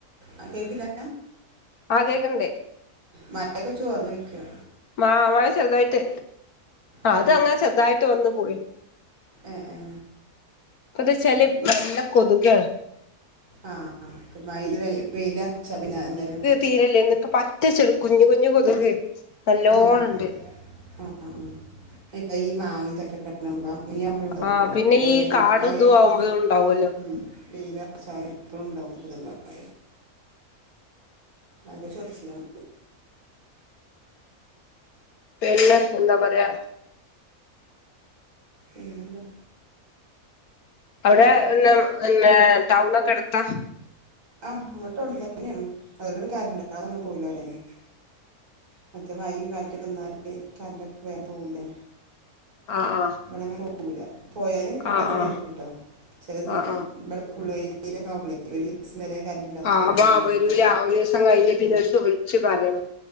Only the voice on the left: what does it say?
ആഹ് കേക്കണ്ട്
മ മഴ ചെറുതായിട്ട്
അത് അങ്ങനെ ചെറുതായിട്ട് വന്നു പോയി
ഇപ്പൊന്ന് വെച്ചാല് നല്ല കൊതുകാ
തീരല്ലേ ഇല്ലായിരുന്ന് പറ്റ ചെറ കുഞ് കുഞ്ഞ് കൊതുക് നല്ലോണം
ഇണ്ട്
ആഹ് പിന്നെ ഈ കാടും ഇതും ആവുമ്പോഴും ഉണ്ടാവുമല്ലോ
പിന്നെഎന്താ പറയാ
അവിടെ പിന്നെ പിന്നെ ടൗൺ ഒക്കെ എടുത്താ
ആഹ് ആഹ്
ആഹ് ആഹ്
ആഹ് ആഹ്
ആഹ്
വാ
വരൂല
ഒരു ദിവസം കഴിഞ്ഞ് പിന്നെ
ഓര്ക്ക് വിളിച്ചു പറയണം